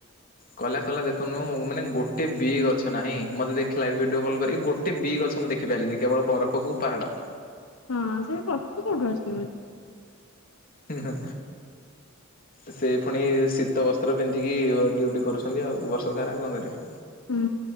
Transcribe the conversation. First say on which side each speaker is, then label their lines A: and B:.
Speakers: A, on the left; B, on the left.
A: କଲା କଲା ଦେଖୁନୁ ମାନେ ଗୋଟେ ବି ଗଛ ନାହିଁ ମୋତେ ଦେ ଖିଲା ଏ ଭିଡିଓ କଲ୍ କରିକି ଗୋଟେ ବି ଗଛ ମୁଁ ଦେଖି ପାଇଲିନି କେବଳ ବରଫକୁ ପାହାଡ଼।
B: ହଁ ସେ କରଛୁ କୋଉଠୁ ଆସିିବ?
A: ହେ ହଁ ସେ ପୁଣି ଶୀତ ବସ୍ତ୍ର ପିନ୍ଧିକି ଡ୍ୟୁଟି କରୁଛନ୍ତି ଆଉ ବର୍ଷ ସାରା ଆଉ କଣ କରିବେ।
B: ହୁଁ,